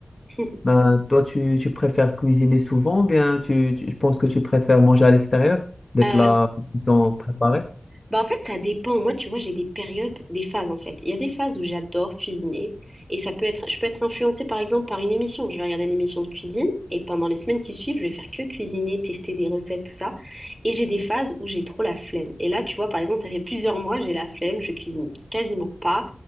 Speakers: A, in the centre; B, on the left.
A: <laughs>
B: Ben, toi, tu, tu préfères cuisiner souvent ou bien tu, tu- je pense que tu préfères manger à l'extérieur des
A: Euh,
B: plats qui sont préparés?
A: Bah en fait, ça dépend. Moi, tu vois, j'ai des périodes, des phases en fait. Il y a des phases où j'adore cuisiner et ça peut être, je peux être influencée par exemple par une émission. Je vais regarder une émission de cuisine et pendant les semaines qui suivent, je vais faire que cuisiner, tester des recettes, tout ça. Et j'ai des phases où j'ai trop la flemme. Et là, tu vois, par exemple, ça fait plusieurs mois, j'ai la flemme, je cuisine quasiment pas.